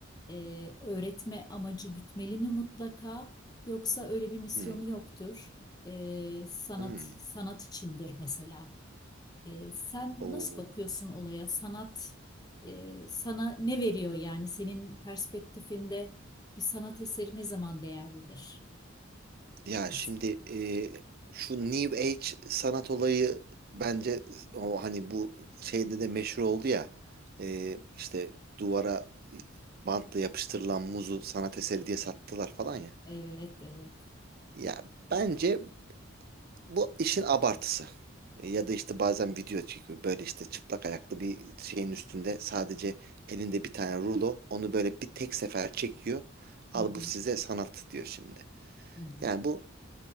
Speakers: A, on the left; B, on the right.
A: e, öğretme amacı gütmeli mi mutlaka yoksa öyle bir misyonu
B: Hmm.
A: yoktur? E, sanat
B: Hmm.
A: sanat içindir mesela. E, sen
B: Oo.
A: nasıl bakıyorsun olaya? Sanat e, sana ne veriyor yani? Senin perspektifinde bir sanat eseri ne zaman değerlidir?
B: Ya
A: Mesela.
B: şimdi e, şu New Age sanat olayı bence o hani bu şeyde de meşhur oldu ya e, işte duvara bantla yapıştırılan muzu sanat eseri diye sattılar falan ya.
A: Evet, evet.
B: Ya bence Bu işin abartısı. Ya da işte bazen video çekiyor. Böyle işte çıplak ayaklı bir şeyin üstünde sadece elinde bir tane rulo. Onu böyle bir tek sefer çekiyor. Al
A: Hı hı,
B: bu size sanat diyor şimdi.
A: hı hı.
B: Yani bu